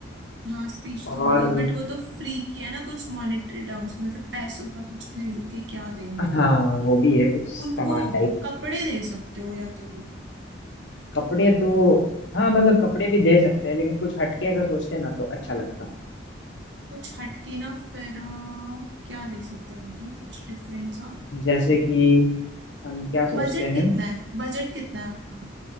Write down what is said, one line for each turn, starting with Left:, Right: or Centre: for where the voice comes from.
Right: हाँ स्पीच
Left: और
Right: तो हो गई बट वो तो फ्री की है ना कुछ मॉनेटरी टर्म्स मतलब पैसों का कुछ खरीद के क्या दे उनको
Left: हाँ वो भी है कुछ सामान
Right: उनको
Left: टाइप
Right: कपड़े दे सकते हो या तो
Left: कपड़े तो हाँ मतलब कपड़े भी दे सकते हैं लेकिन कुछ हटके अगर सोचते हैं ना तो अच्छा लगता है
Right: कुछ हटके ना फिर अ, क्या दे सकते हो मतलब कुछ डिफरेंट सा
Left: जैसे कि हम क्या सोचते
Right: बजट
Left: हैं
Right: कितना है बजट कितना है आपका